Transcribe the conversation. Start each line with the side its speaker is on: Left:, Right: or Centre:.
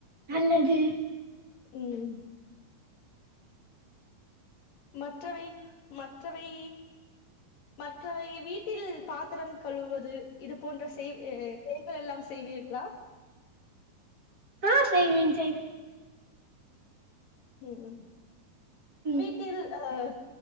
Right: நல்லது
Left: உம் மற்றவை மற்றவை மற்றவை வீட்டில் பாத்திரம் கழுவது இது போன்ற செய் செயகள் எல்லாம் செய்வீர்களா <unintelligible>
Right: ஆ செய்வேன் செய்வேன்
Left: உஹம் உம்
Right: ம்
Left: வீட்டில் அஹ்